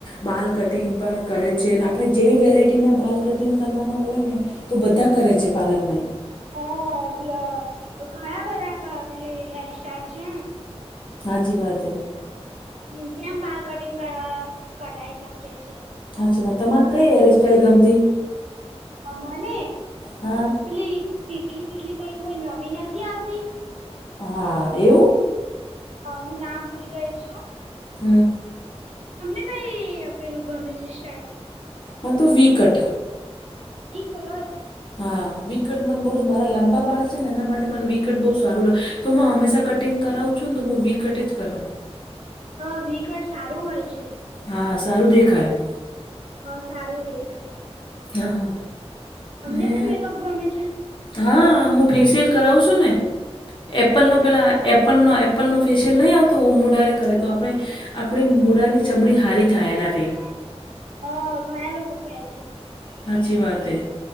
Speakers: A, on the left; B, on the right.
A: બાળ કટિંગ પણ કરે છે અને આપણે જેવી વેરાયટીના બાલ કટિંગ કરવાના હોય ને તો બધા કરે છે પાર્લર મે
B: હ બ ઘણા બધા પેલી હેરસ્ટાાઈલ છે
A: હાચી વાત હૈ
B: હ જેમ બાર કટિંગ કરવા કટાઈ શકીએ છે
A: હાચી વાત તમાને કઈ હેરસ્ટાઈઇલ ગમતી
B: મને
A: હા
B: પેલી તેટલી પીટલી કર કોઈ નવી નથી આવતી
A: હા એવું
B: હું નામ ભૂલી ગઈ જુ
A: હમ
B: તમને કઈ પેલું ગમે છે સ્ટાઇલ
A: હુ તો વી કટ
B: વી કત
A: હા વિ કેટ મા બોઉ મારા લાંબા બાળ છે ને એના માટે મને વીકટ બહ સારું લાગે તો હું હંમેશા કટિંગ કરાવું છું ને તો હું વીકટ જ કરાવું
B: હ વિકટ સારું હોય છે
A: હા સારું દેખાય
B: તો સારું દેખાય
A: હા હા
B: અમને
A: ને
B: પણ મેકઅપ ગમે છે.
A: હા હું ફેેશિયલ કરાવું શુ ને એપલનો પેલાં એપલનો એપ એપ્પલનો ફેશિયલ નહીં આવતો મૂડાને કરે તો આપણે આપણી મૂડાની ચમડી હારી થાય એનાથી
B: અ ઘણા લોકો કેએ છે
A: હાચી વાત એ